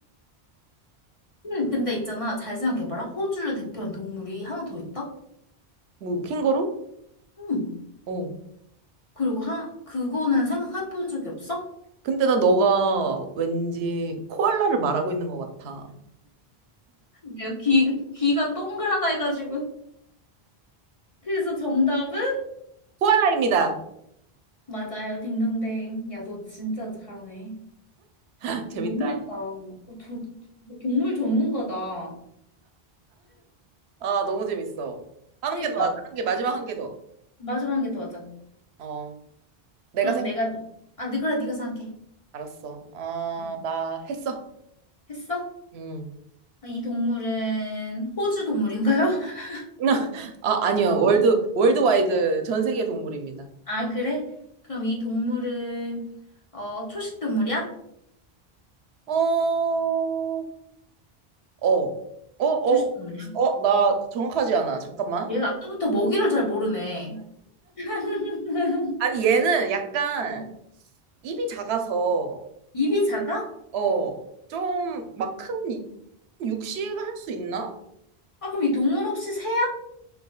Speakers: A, on the left; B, on the right.
A: 음, 근데 있잖아, 잘 생각해봐라. 호주를 대표하는 동물이 하나 더 있다?
B: 뭐, 캥거루?
A: 응
B: 어.
A: 그리고 하, 그거는 생각해본 적이 없어?
B: 근데 나 너가 왠지 코알라를 말하고 있는 것 같아.
A: 내가 귀, 귀가 동그랗다 해가지고. 그래서 정답은?
B: 코알라입니다.
A: 맞아요, 딩동댕. 야, 너 진짜 잘하네.
B: <laughs> 재밌다.
A: 이거 너무 했다. 어, 저- 동물 전문가다.
B: 아, 너무 재밌어. 하는
A: 그니까,
B: 게 더, 하자. 하는 게 마지막 한 개 더.
A: 마지막에 더 하자.
B: 어, 내가
A: 그럼
B: 생각
A: 내가 아, 네, 그래, 네가 생각해.
B: 알았어. 어,
A: 응.
B: 나 했어.
A: 했어?
B: 음.
A: 아, 이 동물은 호주 동물인가요? <laughs>
B: <laughs> 아, 아니요. 월드, 월드와이드 전 세계 동물입니다.
A: 아, 그래? 그럼 이 동물은 어, 초식 동물이야?
B: 어, 어, 어, 어,
A: 초식 동물이야?
B: 어, 나 정확하지 않아. 잠깐만.
A: 얘가 아까부터 먹이를 잘 모르네. <laughs>
B: 아니, 얘는 약간
A: 어.
B: 입이 작아서,
A: 입이 작아?
B: 어, 좀 막 큰 육식을 할 수 있나?
A: 아, 그럼 이 동물 혹시 새야?